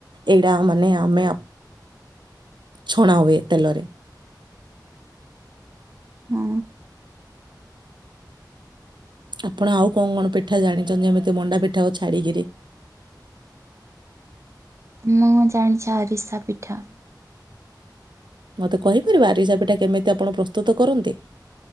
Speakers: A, on the right; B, on the right.
A: ଏଇଟା ମାନେ ଆମେ ଛଣା ହୁଏ ତେଲରେ।
B: ହୁଁ।
A: ଆପଣ ଆଉ କଣ କଣ ପିଠା ଜାଣିଛନ୍ତି ଏମିତି ମଣ୍ଡା ପିଠାକୁ ଛାଡିକିରି
B: ମୁଁ ଜାଣିଛି ଆରିସା ପିଠା।
A: ମତେ କହିପାରିବ ଆରିସାପିଠା କେମିତି ଆପଣ ପ୍ରସ୍ତୁତ କରନ୍ତି?